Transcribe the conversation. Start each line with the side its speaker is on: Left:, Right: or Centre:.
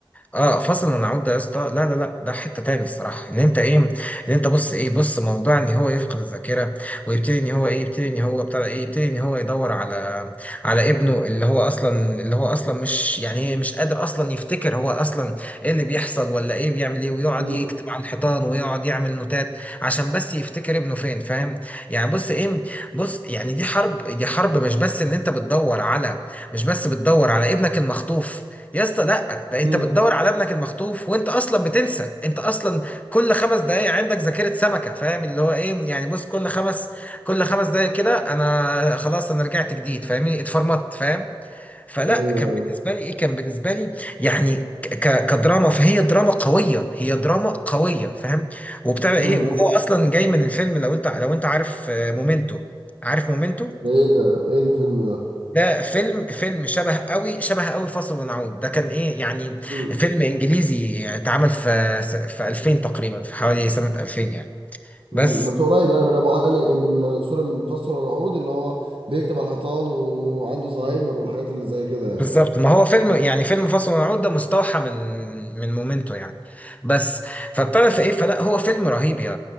Left: اه فصل ونعود ده يا اسطى لا لا لا ده حته تاني الصراحه ان انت ايه ان انت بص ايه بص موضوع ان هو يفقد الذاكره ويبتدي ان هو ايه يبتدي ان هو بتاع ايه يبتدي ان هو يدور على على ابنه اللي هو اصلا اللي هو اصلا مش يعني ايه مش قادر اصلا يفتكر هو اصلا ايه اللي بيحصل ولا ايه بيعمل ايه ويقعد
Right: امم
Left: يكتب على الحيطان ويقعد يعمل نوتات عشان بس يفتكر ابنه فين فاهم يعني بص ايه بص يعني دي حرب دي حرب مش بس ان انت بتدور على مش بس بتدور على ابنك المخطوف يا اسطى لا ده
Right: امم
Left: انت بتدور على ابنك المخطوف وانت اصلا بتنسى انت اصلا كل خمس دقايق عندك ذاكرة سمكة فاهم اللي هو ايه يعني بص كل خمس كل خمس دقايق كده انا خلاص انا رجعت جديد فاهمني اتفرمطت فاهم فلا
Right: ايوه
Left: كان
Right: ايوه
Left: بالنسبة لي ايه كان بالنسبة لي يعني ك ك- كدراما فهي دراما قوية هي دراما قوية فاهم وبتاع
Right: امم
Left: ايه وهو اصلا جاي من الفيلم لو انت لو انت عارف آه، مومنتو عارف مومنتو
Right: ده ايه ده ايه الفيلم ده
Left: ده فيلم فيلم شبه قوي شبه قوي فاصل ونعود ده كان ايه يعني
Right: امم
Left: فيلم انجليزي اتعمل في في 2000 تقريبا في حوالي سنة 2000 يعني بس
Right: امم بس قريب يعني من ابو علي من سوري من فصل ونعود اللي هو بيكتب على الحيطان وعنده زهايمر والحاجات اللي زي كده يعني
Left: بالظبط ما هو فيلم يعني فيلم فاصل ونعود ده مستوحى من من مومنتو يعني بس فبتعرف ايه فلا هو فيلم رهيب يا